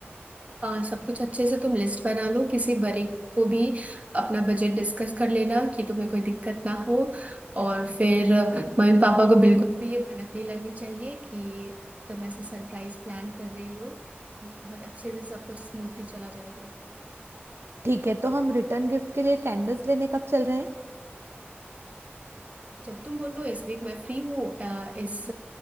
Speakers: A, on the right; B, on the right.
A: हाँ सब कुछ अच्छे से तुम लिस्ट बना लो किसी बड़े को भी अपना बजट डिस्कस कर लेना कि तुम्हें कोई दिक्कत ना हो और फिर मम्मी पापा को बिल्कुल भी ये भनक नहीं लगनी चाहिए कि तुम ऐसा सरप्राइज प्लान कर रही हो और बहुत अच्छे से सब कुछ स्मूथली चला जाएगा
B: ठीक है तो हम रिटर्न गिफ्ट के लिए कैंडल्स लेने कब चल रहे हैं
A: जब तुम बोलो इस वीक मैं फ्री हूँ अ, इस